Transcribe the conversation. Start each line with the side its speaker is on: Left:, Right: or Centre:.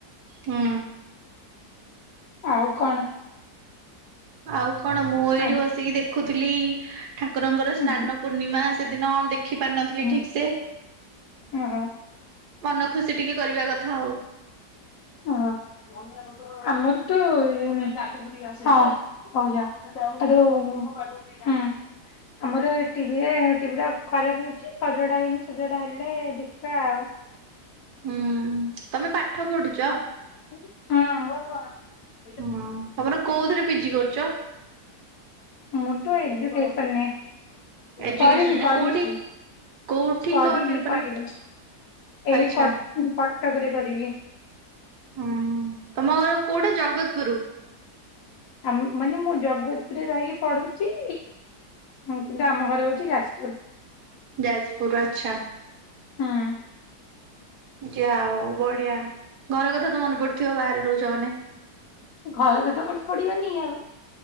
Right: ହୁଁ।
Left: ଆଉ କଣ?
Right: ଆଉ କଣ ମୁଁ ଏଇଠି
Left: ଆଣିବା।
Right: ବସିକି ଦେଖୁଥିଲି ଠାକୁରଙ୍କର
Left: ହୁଁ
Right: ସ୍ନାନ ପୂର୍ଣ୍ଣିମା ସେଦିନ ଦେଖି ପାରିନଥିଲି
Left: ହୁଁ
Right: ଠିକ୍ ସେ।
Left: ଓହୋ
Right: ମନ ଖୁସି ଟିକେ କରିବା କଥା ଆଉ।
Left: ହଁ ଆମର ତ ଇଏ ହଁ। ହଉ ଯା। ହେଠୁ ହୁଁ। ଆମର ଟିଭିରେ ଟିଭି ଟା ଖରାପ ହେଇଚି ସଜଡା ହେଇନି ସଜଡା ହେଲେ ଦେଖିବା ଆଉ।
Right: ହୁଁ। ତମେ ପାଠ ପଢୁ
Left: ହଁ।
Right: <unintelligible> ତମର କୋଉଥିରେ ପିଜି କରୁଚ?
Left: ମୋର ତ ଏଜୁକେସନ ରେ।
Right: ଏଜୁକେସନରେ
Left: କରିନି କରିଚି।
Right: କୋଉଠି? କୋଉଠି
Left: କରିନି
Right: କରେ ମାନେ
Left: କରିବି। ଏଇ
Right: ଆଚ୍ଛା।
Left: କ କଟକରେ କରିବି।
Right: ହୁଁ, ତମ ଘର କୋଉଟା ଜଗତପୁର?
Left: ଆମ ମାନେ ମୁଁ ଜଗତପୁରରେ ରହିକି ପଢୁଚି ହୁଁ, କିନ୍ତୁ ଆମ ଘର ହଉଚି ଯାଜପୁର।
Right: ଯାଜପୁର ଆଚ୍ଛା।
Left: ହୁଁ।
Right: ଯାହା ହଉ ବଢିଆ। ଘର କଥା ତ ମନେ ପଡୁଥିବ ବାହାରେ ରହୁଚ ମାନେ?
Left: ଘର କଥା ମନେ ପଡିବନି ଆଉ।